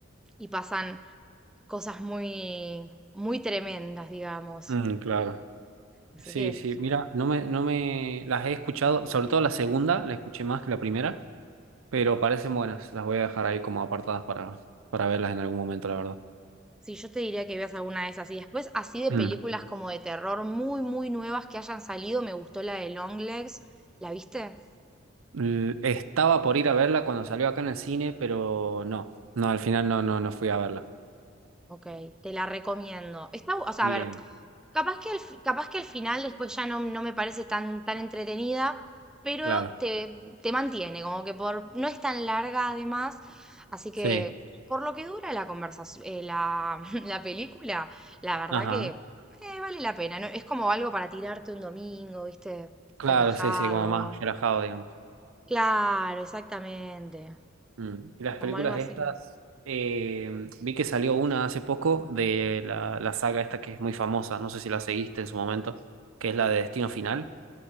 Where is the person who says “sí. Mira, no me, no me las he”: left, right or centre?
Right